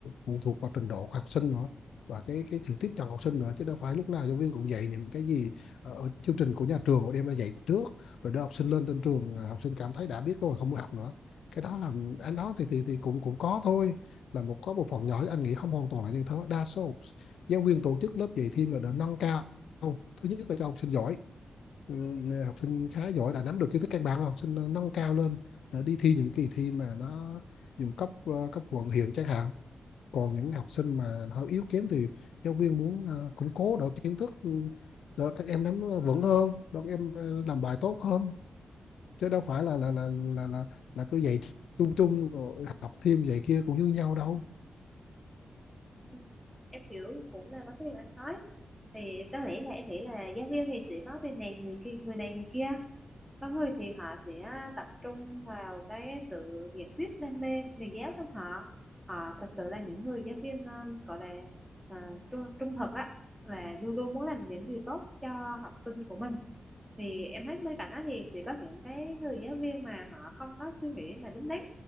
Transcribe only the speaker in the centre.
Ừ, em hiểu cũng là vấn đề anh nói thì có lẽ là em nghĩ là giáo viên thì sẽ có bên này người kia người này người kia có người thì họ sẽ tập trung vào cái sự nhiệt huyết đam mê của nghề giáo trong họ họ thật sự là những người giáo viên um, gọi là à, trung, trung thực á là luôn luôn muốn làm những điều tốt cho học sinh của mình thì em thấy bên cạnh đó thì sẽ có những cái người giáo viên mà họ không có suy nghĩ mà đúng đắn